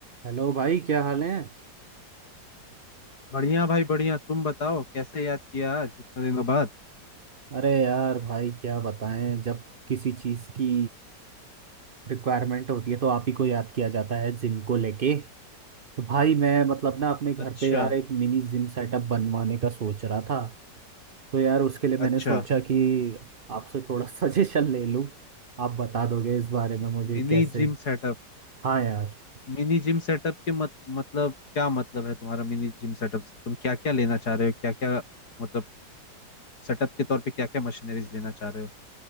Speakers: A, on the right; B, on the left.
A: Hello भाई क्या हाल है
B: बढ़िया भाई बढ़िया तुम बताओ कैसे याद किया आज इतने दिनों बाद
A: अरे यार भाई क्या बताएं जब किसी चीज़ की रिक्वायरमेंट होती है तो आप ही को याद किया जाता है जिम को लेके तो भाई मैं मतलब ना अपने घर
B: अच्छा
A: पे यार एक मिनी जिम सेटअप बनवाने का सोच रहा था तो यार उसके लिए मैंने
B: अच्छा
A: सोचा कि आपसे थोड़ा <laughs> सजेशन ले लूं आप बता दोगे इस बारे में मुझे
B: Mini
A: कैसे
B: gym setup
A: हाँ यार
B: Mini gym setup के मत, मतलब क्या मतलब है तुम्हारा मिनी जिम सेटअप से तुम क्या क्या लेना चाह रहे हो क्या क्या मतलब सेटअप के तौर पे क्या क्या मशीनरीज लेना चाह रहे हो